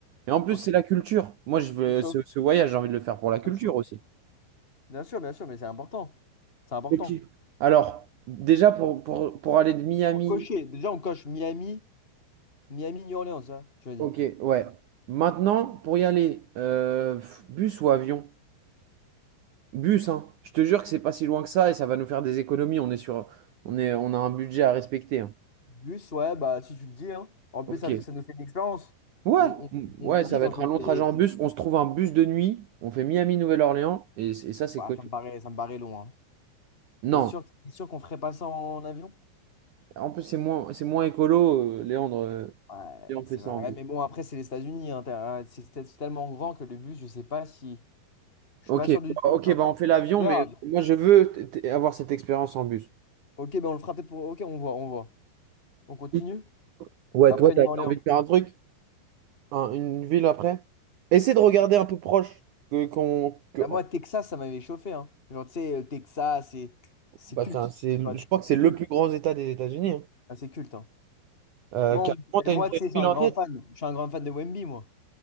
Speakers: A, on the right; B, on the left.
A: Et en plus,
B: Ok,
A: c'est la culture. Moi, je veux
B: ça me chauffe.
A: ce, ce voyage, j'ai envie de le faire pour la culture
B: Ça me chauffe.
A: aussi.
B: Bien sûr, bien sûr, mais c'est important. C'est important.
A: Ok. Alors, déjà pour, pour, pour aller de Miami,
B: Pour cocher, déjà on coche Miami, Miami, New Orleans, ça, tu as dit.
A: ok, ouais.
B: Ouais.
A: Maintenant, pour y aller, euh, pff, bus ou avion? Bus, hein. Je te jure que c'est pas si loin que ça et ça va nous faire des économies. On est sur, on est, on a un budget à respecter. hein.
B: Bus, ouais, bah si tu le dis, hein. En
A: Ok.
B: plus, ça, fait- ça nous fait une expérience.
A: Ouais,
B: On,
A: Mm, ouais,
B: on- on visite
A: ça va
B: en
A: être
B: plus.
A: un long
B: c'est.
A: trajet en
B: tu-
A: bus. On se trouve un bus de nuit. On fait Miami-Nouvelle-Orléans et, c- et ça, c'est
B: Ouais,
A: cool.
B: ça me paraît, ça me paraît long. hein.
A: Non,
B: T'es sûr, c'est sûr qu'on ferait pas ça en avion?
A: en plus, c'est moins, c'est moins écolo, euh, Léandre. euh,
B: Ouais,
A: et on
B: c'est
A: fait ça
B: vrai.
A: en
B: Ouais,
A: bus.
B: Mais bon, après, c'est les États-Unis. hein, t'as- ah, C'est c'est tellement grand que le bus, je sais pas si. Je
A: Ok,
B: suis pas sûr du
A: bah,
B: tout.
A: ok,
B: hein.
A: bah on fait l'avion,
B: On verra.
A: mais moi, je veux t- t- avoir cette expérience en bus.
B: Ok, ben on le fera peut-être pour. Ok, on voit, on voit. On continue?
A: Mm. Ouais,
B: Après
A: toi, t'as
B: New Orleans.
A: t'as envie de faire un truc, un- une ville après? Essaie de regarder un peu proche. Que, qu'on, que-
B: Ah, moi, Texas, ça m'avait chauffé. Hein. Genre, tu sais, euh, Texas, c'est c'est
A: bah,
B: culte.
A: c'est, un-
B: Tu
A: c'est-
B: vois,
A: je crois que
B: C'est
A: c'est le
B: culte.
A: plus grand État des États-Unis. hein.
B: Ah, c'est culte. Hein.
A: Euh,
B: Moi,
A: carrément,
B: on- mais
A: t'as
B: moi,
A: une t'as
B: tu sais,
A: une
B: je suis
A: ville
B: un
A: en
B: grand
A: tête?
B: fan. Je suis un grand fan de Wemby, moi.